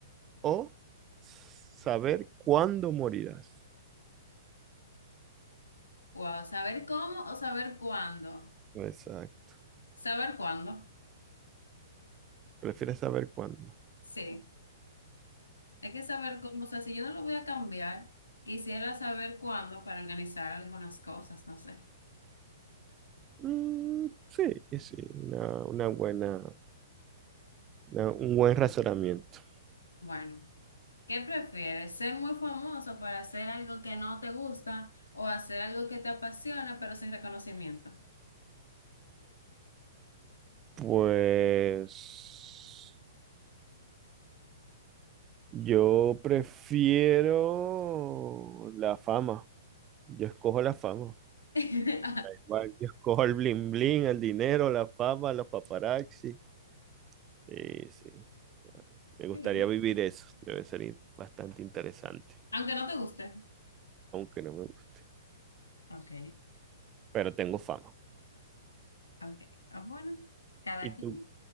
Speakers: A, on the right; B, on the left.
A: o saber cuándo morirás?
B: Wow, saber cómo o saber cuándo.
A: Exacto.
B: Saber cuándo.
A: ¿Prefieres saber cuándo?
B: Sí, hay que saber cómo. O sea, si yo no lo voy a cambiar, quisiera saber cuándo para organizar algunas cosas, no sé.
A: Mm, sí, sí, una, una buena, una- un buen razonamiento.
B: Bueno, ¿qué prefieres? ¿Ser muy famoso para hacer algo que no te gusta o hacer algo que te apasiona pero sin reconocimiento?
A: Pues yo prefiero la fama. Yo escojo la fama.
B: <laughs> Qué
A: Igual yo escojo el bling bling, el dinero, la fama, los paparazzi. Sí, sí. Me gustaría
B: bien.
A: vivir eso. Debe ser bastante interesante,
B: Aunque no te guste.
A: aunque no me guste.
B: Ok.
A: Pero tengo fama.
B: Ok, ah, bueno, cada
A: ¿Y
B: quien.
A: tú,